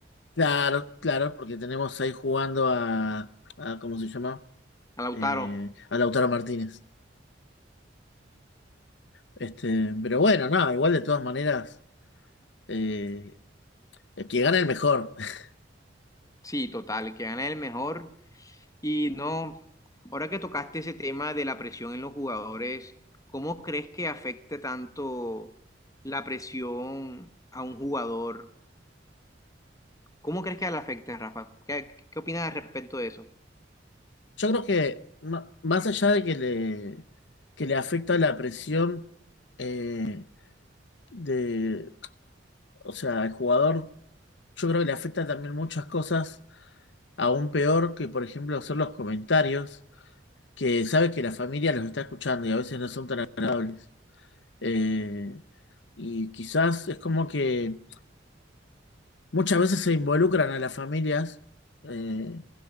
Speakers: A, on the left; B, on the left.
A: Claro, claro, porque tenemos ahí jugando a... a ¿cómo se llama?
B: A Lautaro.
A: Eh, a Lautaro Martínez. Este, pero bueno, nada, igual de todas maneras eh, el que gana el mejor. <laughs>
B: Sí, total, que gana el mejor. Y no, ahora que tocaste ese tema de la presión en los jugadores, ¿cómo crees que afecte tanto la presión a un jugador? ¿Cómo crees que le afecte, Rafa? ¿Qué, qué opinas al respecto de eso?
A: Yo creo que ma- más allá de que le, que le afecta la presión eh, de, o sea, al jugador, yo creo que le afecta también muchas cosas, aún peor que, por ejemplo, son los comentarios, que sabe que la familia los está escuchando y a veces no son tan agradables. Eh, y quizás es como que Muchas veces se involucran a las familias eh,